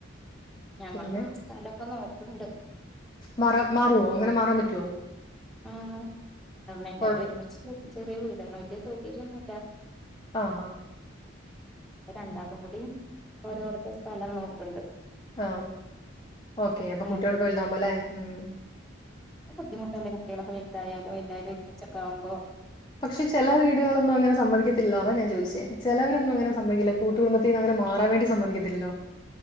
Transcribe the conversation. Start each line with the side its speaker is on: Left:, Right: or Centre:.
Centre: ഞങ്ങളും
Left: പിന്നെ
Centre: സ്ഥലൊക്കെ നോ കണ്ട
Left: മാറ മാറുവോ അങ്ങനെ മാറാൻ പറ്റുവോ
Centre: ആ് നമ്മ എല്ലാരും
Left: കൊഴപ്പ
Centre: ഒരുമിച്ച ചെറിയ അറ്റ സൗകര്യം ഒന്നുമില്ല
Left: ആ ആ
Centre: രണ്ടാക്കും കൂടി ഓരോരുത്ത സ്ഥലം നോക്കണ്ട്
Left: ആ ഓക്കെ അപ്പൊ കകുട്ടികളൊക്കെ
Centre: ഉം
Left: വലുതാകുമ്പോ അല്ലേ ഉം
Centre: ന്നെ ഇപ്പ എന്തിനാ ന്റെ കുട്ടികളൊക്കെ എന്തായാലും എല്ലാരും ഒരുമിച്ചൊക്കെ ആവുമ്പോ
Left: പക്ഷെ ചില വീടുകളൊന്നും അങ്ങനെ സമ്മതിക്കത്തില്ല അതാ ഞാ ജോയിസെ ചിലവരൊന്നും അങ്ങനെ
Centre: ഉം
Left: സംഭവിക്കില്ല കൂട്ടു കുടുംബത്തിൽ അങ്ങനെ മാറാൻ വേണ്ടി സമ്മതിക്കത്തില്ലല്ലോ